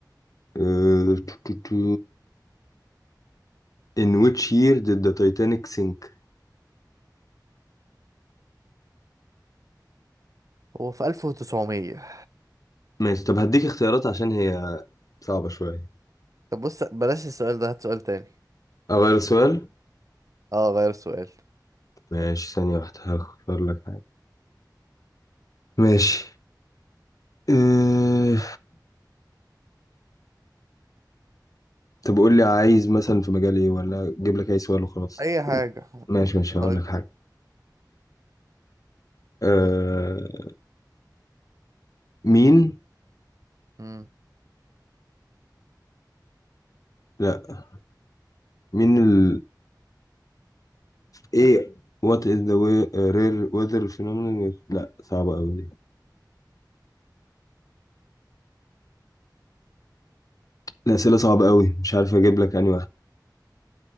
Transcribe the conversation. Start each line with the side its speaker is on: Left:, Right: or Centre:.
Left: أه، تو- تو- تو. In which year did the Titanic sink?
Right: هو في 1900
Left: ماشي طب هديك اختيارات عشان هي صعبة شوية
Right: طب بص بلاش السؤال ده هات سؤال تاني
Left: أغير السؤال
Right: اه غير السؤال
Left: ماشي ثانية واحدة هختار لك حاجة ماشي اه... طب قول لي عايز مثلا في مجال ايه ولا اجيب لك اي سؤال وخلاص
Right: اي حاجة <laughs>
Left: ماشي ماشي هقول
Right: أنا-
Left: لك حاجة اه... مين
Right: مم.
Left: لا مين ال ايه what is the way, uh, rare weather phenomenon with- لا صعبة أوي دي الأسئلة صعبة أوي مش عارف أجيب لك أنهي واحدة